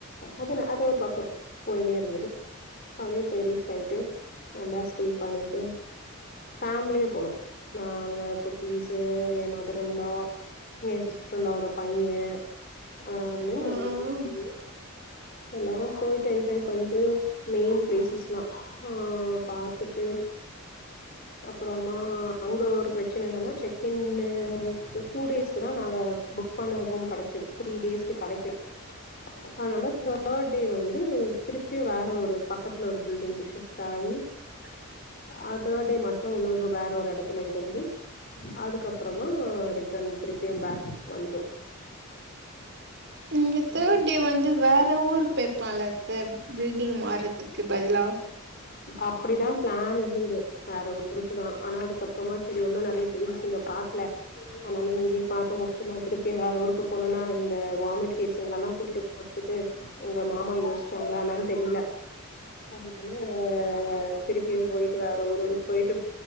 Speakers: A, on the left; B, on the right.
A: அதுன அது ஒரு பக்கோ போயினே இருந்தது அது போய் ரீச் ஆய்ட்டு நல்லா ஸ்டே பண்ணிட்டு ஃபேம்லியே போனோ நாங்க குட்டீஸ் ஏ மதர் இன் லா எ சிஸ்டர் இன் லா வோட பையே ஆ அப்டின்னு
B: ம்
A: நெறைய பேரு போனோ எல்லாரு போய்ட்டு என்ஜாய் பண்ட்டு மெயின் பிளேசஸ்ல்லா ஆ பாத்துட்டு அப்பறமா அங்க ஒரு பிரச்ன என்னன்னா செக்கின்னு டூ டேஸ்க்கு தா நாங்க புக் பண்ண ரூம் கெடைச்சது த்ரீ டேஸ்கு கெடைக்கல அதனால தேர்ட் டே வந்து திருப்பியு வேற ஒரு பக்கத்ல ஒரு பில்டிங்க்கு ஷிப்ட் ஆயி
B: அ
A: ஆ தேர்ட் டே மட்டு இன்னொரு வேற ஒரு எடத்துல இருந்து அதுக்கப்பறமா ரிட் ட்டர்ன் திருப்பியு பேக் வந்தோ
B: இங்க தேர்ட்
A: ஓகே
B: டே வந்து வேற அ ஊருக்கு போயிருக்லால அத்த பில்டிங் மாறதுக்கு பதிலா
A: அப்டிதா ப்ளான் இருந்துது வேற ஊருக்கு தா ஆனா அதுக்கப்பறமா செரி இண்ணு நெறைய ப்ளேஸ் இங்க பாக்கல அதனால இங்கயே பாத்து முடிச்சுல்லா திருப்பியு வேற ஊருக்கு போனுன்னா இந்த வாமிட் கேசுங்கலல்லா கூட்டிட்டு போற க்கு உங்க மாமா யோசிச்சாங்கலான்னு என்னானு தெரில ஓ திருப்பியு போயிட்டு வேற ஊருக்கு போயிட்டு